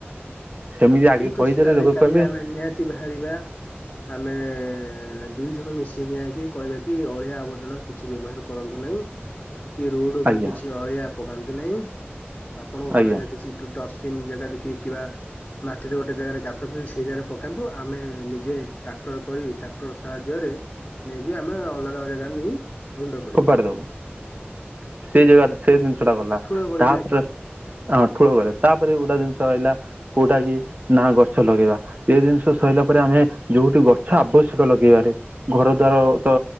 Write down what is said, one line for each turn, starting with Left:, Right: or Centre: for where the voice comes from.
Right: ସେମିତି ଆଗେ
Left: ଠିକ୍
Right: କହିଦେଲେ
Left: ଅଛି ତାହେଲେ
Right: ଲୋକ
Left: କାଲି
Right: କହିବେ
Left: ଆମେ ନିହାତି ବାହାରିବା। ଆମେ ଦୁଇ ଜଣ ମିଶିକି ଯାଇକି କହିବା କି ଅଳିଆ ଆବର୍ଜନା କିଛି ବ୍ୟବହାର କରନ୍ତୁ ନାହିଁ। କି ରୋଡ ଉପରୁ
Right: ଆଜ୍ଞା
Left: କିଛି ଅଳିଆ ପକାନ୍ତୁ ନାହିଁ ଆପଣଙ୍କ
Right: ଆଜ୍ଞା
Left: ଘର ଆଗରେ ଡଷ୍ଟବନ୍ ଜାଗା ଦେଖିି କି ବା ମାଟିରେ ଗୋଟେ ଜାଗାରେ ଗାତ ଖୋଇ ସେଇ ଜାଗାରେ ପକାନ୍ତୁ ଆମେ ନିଜେ ଟ୍ରାକ୍ଟର କରି ଟାକ୍ଟର ସାହାଯ୍ୟରେ ନେଇକି ଆମେ ଅଲଗା ଅ ଜାଗାରେ ନେଇ ରୁଣ୍ଡ କରିବା।
Right: ଖପାଡି ଦବୁ ସେ ଜାଗା ସେ ଜିନିଷ ଟା ଗଲା
Left: ଠୁଳ କରିବେ
Right: ତାପରେ
Left: ଆଜ୍ଞା
Right: ଅଁ ଠୁଳ କରିବା ତାପରେ ଗୋଟା ଜିନିଷ ରହିଲା କୋଉଟା କି ନା ଗଛ ଲଗେଇବା ଏ ଜିନିଷ ସରିଲା ପରେ ଆମେ ଯୋଉଠି ଗଛ ଆବଶ୍ୟକ ଲଗେଇବାରେ ଘର ଦ୍ଵାର ତ